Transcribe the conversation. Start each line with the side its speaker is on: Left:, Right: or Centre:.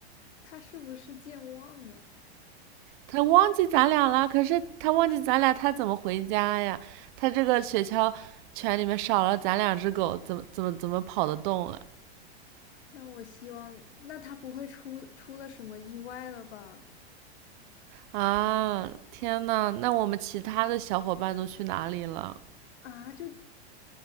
Left: 他是不是健忘了？
Right: 他忘记咱俩了，可是他忘记咱俩，他怎么回家呀？他这个雪橇犬里面少了咱两只狗，怎么怎么怎么跑得动啊？
Left: 那我希望，那他不会出出了什么意外了吧？
Right: 啊，天呐，那我们其他的小伙伴都去哪里了？
Left: 啊，就